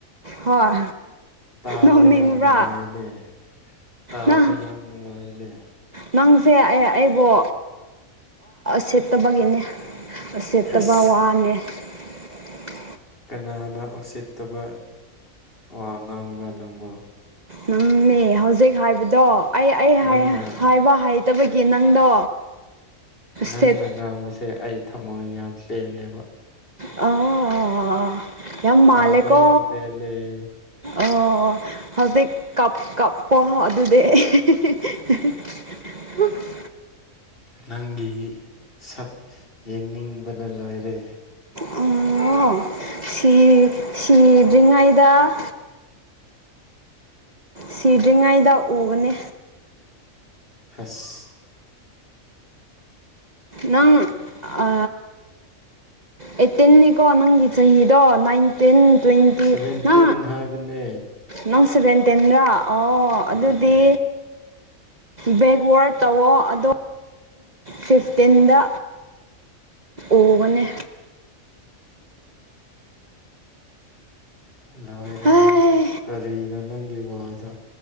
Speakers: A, on the right; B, on the left.
A: ꯍꯣꯏ
B: ꯇꯥꯕ
A: ꯅꯣꯛꯅꯤꯡꯕ꯭ꯔꯥ
B: ꯌꯥꯝ ꯅꯨꯡꯉꯥꯏꯅꯦꯦ ꯇꯥꯕ
A: ꯅꯪ
B: ꯌꯥꯝ ꯅꯨꯡꯉꯥꯏꯅꯦ
A: ꯅꯪꯁꯦ ꯑꯩꯕꯨꯣ ꯁꯦꯠꯇꯕꯒꯤꯅꯦ ꯁꯦꯠꯇꯕ
B: ꯑꯁ
A: <inaudible>
B: ꯀꯅꯥꯅ ꯎꯁꯤꯠꯇꯕ ꯋꯥ ꯉꯥꯡꯕ꯭ꯔꯥ ꯅꯪꯕ꯭ꯔꯣ
A: ꯅꯝꯅꯦ ꯍꯧꯖꯤꯛ ꯍꯥꯏꯕꯗꯣ ꯑꯩ ꯑꯩ
B: ꯅꯪꯅ
A: ꯍꯥꯏꯕ ꯍꯩꯇꯕꯒꯤ ꯅꯪꯗꯣ
B: ꯅꯪꯅ
A: ꯁꯦꯠ
B: ꯉꯥꯡꯕꯁꯦ ꯑꯩ ꯊꯃꯣꯏ ꯌꯥꯝ ꯄꯦꯜꯂꯦꯕ꯫
A: ꯑ <unintelligible> ꯌꯥꯝ ꯃꯥꯂꯦꯀꯣ꯫
B: ꯇꯥꯕ ꯌꯥꯝ ꯄꯦꯜꯂꯦ
A: ꯑꯣ ꯍꯧꯖꯤꯛ ꯀꯞ ꯀꯞ ꯍꯣ ꯑꯗꯨꯤ <unintelligible>
B: ꯅꯪꯒꯤ ꯁꯛ ꯌꯦꯡꯅꯤꯡꯕꯅ ꯂꯣꯏꯔꯦ꯫
A: ꯑꯣ ꯁꯤ ꯁꯤꯗ꯭ꯔꯤꯉꯩꯗ ꯁꯤꯗ꯭ꯔꯤꯉꯩꯗ ꯎꯕꯅꯦ꯫
B: ꯍꯁ
A: ꯅꯪ ꯑ ꯑ ꯑꯩꯠꯇꯦꯟꯅꯤꯀꯣ ꯅꯪꯒꯤ ꯆꯍꯤꯗꯣ ꯅꯥꯏꯟ ꯇꯤꯟ ꯇ꯭ꯋꯦꯟꯇꯤ
B: ꯁꯚꯦꯟꯇꯤꯟ
A: ꯅ
B: ꯍꯥꯏꯕꯅꯦ
A: ꯅꯪ ꯁꯚꯦꯟ ꯇꯤꯟꯔꯣ ꯑꯣ ꯑꯗꯨꯗꯤ
B: ꯃꯥꯅꯦ
A: ꯕꯦꯛꯋꯥꯔꯠ ꯇꯧꯋꯣ ꯑꯗꯣ ꯐꯤꯐꯇꯤꯟꯗ ꯎꯒꯅꯤ꯫
B: ꯂꯣꯏꯔꯦ
A: ꯍꯩ
B: ꯅꯪꯁꯨ ꯀꯔꯤꯅꯣ ꯅꯪꯒꯤ ꯋꯥꯗꯣꯣ꯫